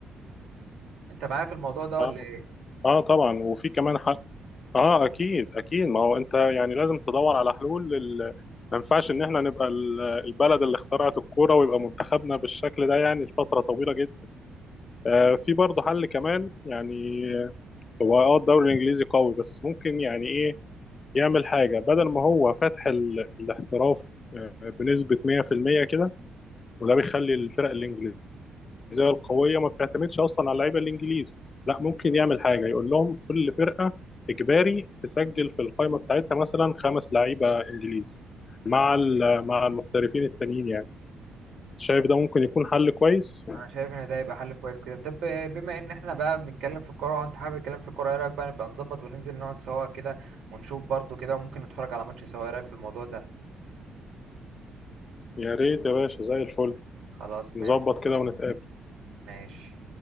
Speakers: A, on the right; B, on the left.
A: انت معايا في الموضوع ده ولا
B: اه
A: ايه
B: اه طبعا وفي كمان اه اكيد اكيد ما هو انت يعني لازم تدور على حلول لل... ما ينفعش ان احنا نبقى ال- البلد اللي اخترعت الكوره ويبقى منتخبنا بالشكل ده يعني لفتره طويله جدا آه في برضه حل كمان يعني هو اه الدوري الانجليزي قوي بس ممكن يعني ايه يعمل حاجه بدل ما هو فاتح ال... الاحتراف آه، بنسبه 100% كده وده بيخلي الفرق الانجليزيه التجهيزيه القويه ما بتعتمدش اصلا على اللعيبه الانجليز لا ممكن يعمل حاجه يقول لهم كل فرقه اجباري تسجل في القائمه بتاعتها مثلا خمس لعيبه انجليز مع ال- مع المحترفين التانيين يعني شايف ده ممكن يكون حل كويس
A: انا شايف ان ده يبقى حل كويس كده طب بما ان احنا بقى بنتكلم في الكوره وانت حابب الكلام في الكوره ايه رايك بقى نبقى نظبط وننزل نقعد سوا كده ونشوف برضو كده وممكن نتفرج على ماتش سوا ايه رايك في الموضوع ده
B: يا ريت يا باشا زي الفل
A: خلاص
B: نظبط
A: ماشي
B: كده ونتقابل
A: ماشي